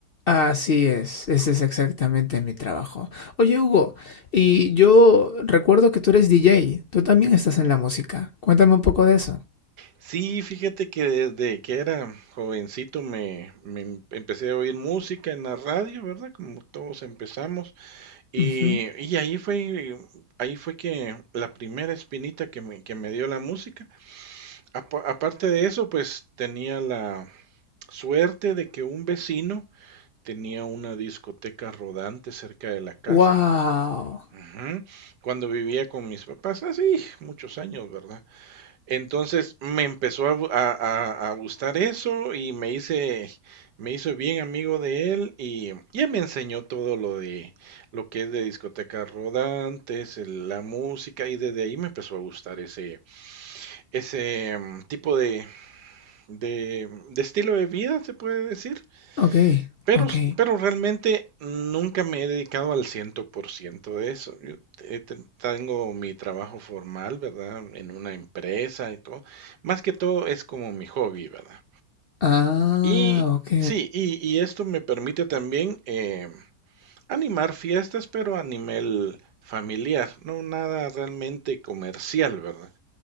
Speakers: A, on the left; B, on the right.
A: Así es, ese es exactamente mi trabajo. Oye, Hugo, y yo recuerdo que tú eres DJ, tú también estás en la música. Cuéntame un poco de eso.
B: Sí, fíjate que desde que era jovencito me, me em- empecé a oír música en la radio, ¿verdad? Como todos empezamos. Y,
A: Ujú.
B: y ahí fue, ahí fue que la primera espinita que me, que me dio la música. Apa- aparte de eso, pues tenía la suerte de que un vecino tenía una discoteca rodante cerca de la casa.
A: Wow.
B: Ujú. Cuando vivía con mis papás, así, muchos años, ¿verdad? Entonces me empezó a, gu- a- a- a gustar eso y me hice, me hizo bien amigo de él y ya me enseñó todo lo de lo que es de discotecas rodantes, el- la música y desde ahí me empezó a gustar ese, ese mm, tipo de, de, de estilo de vida, se puede decir.
A: Ok,
B: Pero,
A: ok.
B: pero realmente nunca me he dedicado al ciento por ciento de eso. Yo eh, ten- tengo mi trabajo formal, ¿verdad? En una empresa y todo. Más que todo es como mi hobby, ¿verdad?
A: Ah,
B: Y
A: ok.
B: sí, y, y esto me permite también eh, animar fiestas, pero a nivel familiar, no nada realmente comercial, ¿verdad?